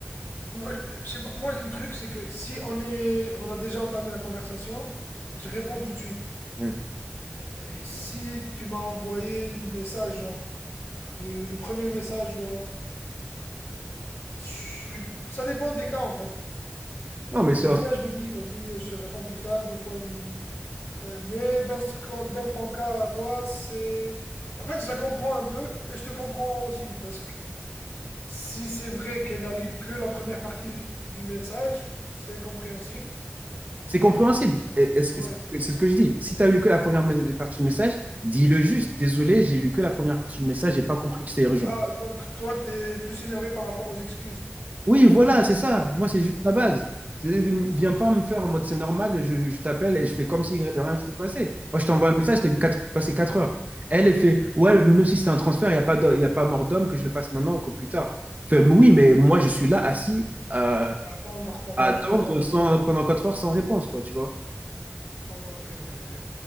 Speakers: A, on the left; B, on the right.
A: Moi, je je sais pas, moi le truc c'est que si on, est, on a déjà entamé la conversation, je réponds tout de suite.
B: ouais.
A: Mais si tu m'as envoyé le message, genre le, le premier message, ou alors... Je suis... Ça dépend des cas en fait.
B: Non, mais
A: Des
B: c'est
A: fois, je me dis, vas-y, je te réponds plus tard. Des fois, je me dis, ouais, mais dans, ce, ca- dans ton cas, toi, c'est. En fait, je la comprends un peu et je te comprends aussi. Parce que si c'est vrai qu'elle a lu que la première partie du message, c'est compréhensible.
B: c'est compréhensible. Et- et C'est
A: Ouais.
B: c'est- c'est ce que je dis. Si t'as lu que la première mes- partie du message, dis-le juste. Désolé, j'ai lu que la première partie du message, j'ai pas compris que c'était urgent.
A: Ah, donc toi, t'es plus énervé par rapport aux excuses.
B: Oui, voilà, c'est ça. Moi, c'est
A: Ok.
B: juste la base. C'est- viens pas me faire en mode c'est normal, je, je t'appelle et je fais comme si de rien s'était passé. Moi, je t'envoie un message, t'as eu quatre- passé 4 heures. Elle, elle fait, ouais, même si c'est un transfert, il n'y a pas, d'o- il y a pas mort d'homme que je le fasse maintenant ou que plus tard. Fait, mais oui, mais moi, je suis là assis euh,
A: À attendre pendant
B: à attendre
A: 4 heures.
B: sans-
A: Ouais.
B: pendant 4 heures sans réponse, quoi, tu vois.
A: Ouais, ok, ok, ok.